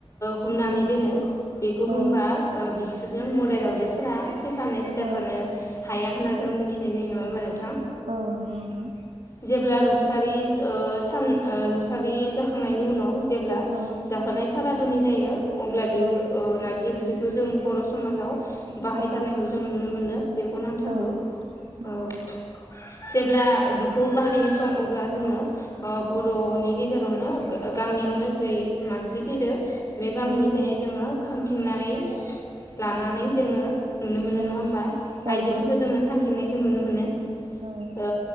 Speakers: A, on the left (about 30°); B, on the right (about 80°).
A: हमनानै दोनो बेखौ
B: औ
A: होनबा जां <unintelligible> बदाय रावदायफोरा फैफानो सिथाफानो
B: औ
A: हाया होनना जों मिथिनाय जायो नङा होमबा नोंथां
B: औ नंगौ नोंथां
A: जेब्ला रुंसारि ओ सान ओ रुंसारि जाखांनायनि उनाव जेब्ला
B: औ
A: जाहोनाय सारादुनि जायो अब्ला बेयो
B: औ
A: ओ नारजि ओ ओंख्रि- जों बर' समाजाव बाहायथारनायखौ
B: औ
A: जों नुनो मोनो बेखौ नांथारगौ
B: औ नंगौ
A: औ जेब्ला बिखौ बाहायनो सम अब्ला जोङो ओ बर'नि गेजेरावनो गामियावनो जै मानसि थैदो। बे गामिनिफ्रायनो
B: औ
A: जोङो खाम- थिंनानै लानानै जोङो नुनो मोनो
B: औ
A: नङा होमबा
B: औ
A: आइजोफोरखौ
B: नंगौ नोंथां
A: जोङो खान्थिनायखौ नुनो मोनो <inaudible>
B: औ
A: ओ